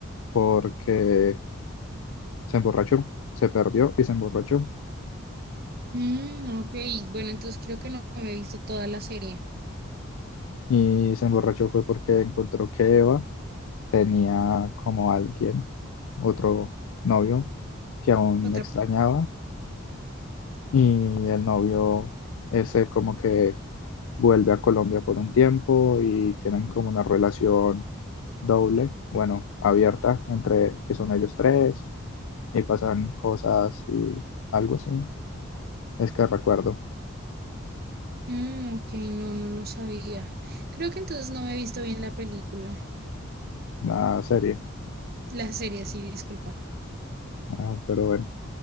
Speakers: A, on the left; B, on the right.
A: porque se emborrachó, se perdió y se emborrachó.
B: Mm, ok, bueno, entonces creo que no me he visto toda la serie.
A: Y se emborrachó fue porque encontró que Eva tenía como alguien, otro novio que aún
B: Otra.
A: extrañaba y el novio ese como que vuelve a Colombia por un tiempo y tienen como una relación doble, bueno, abierta entre que son ellos tres y pasan cosas y algo así. Es que recuerdo
B: Mm, ok, no, no lo sabía. Creo que entonces no me he visto bien la película.
A: la serie,
B: La serie, sí, disculpa.
A: Ah, pero bueno,